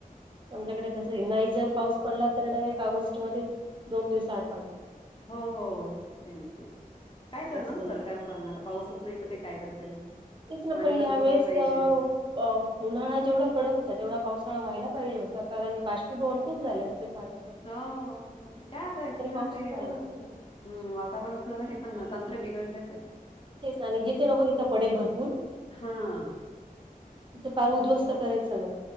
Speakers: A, on the right; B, on the left.
A: आमच्याकडे तस आहे, नाही जर पाऊस पडला तर डायरेक्ट ऑगस्ट मध्ये दोन दिवस आड पाणी.
B: हो हो सेम सेम काय करणार
A: कसं होईल
B: सरकार पडणार पाऊसच नाही तर ते काय करतील.
A: तेथ ना
B: पाणी
A: पण या
B: पुरलं
A: वेळेस.
B: पाहिजे
A: अ उन्हाळा जेवढा कडक होता तेवढा पावसाळा व्हायला पाहिजे होता कारण बाष्पीभवन खूप झालं असेल पाणी.
B: हो आता काय आता ऍक्चुली ना
A: पाऊस
B: ते.
A: पडायलाच
B: हम्म
A: पाहिजे
B: वातावरणाचं हे पण ना तंत्र बिघडलंय सगळं.
A: तेच ना जिथे नको तिथं पडेल भरपूर.
B: हा
A: तिथं पार उद्ध्वस्त करेल सगळं